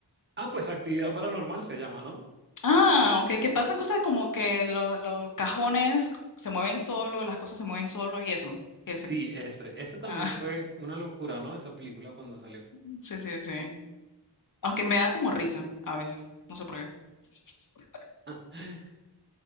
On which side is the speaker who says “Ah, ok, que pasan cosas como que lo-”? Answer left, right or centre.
Left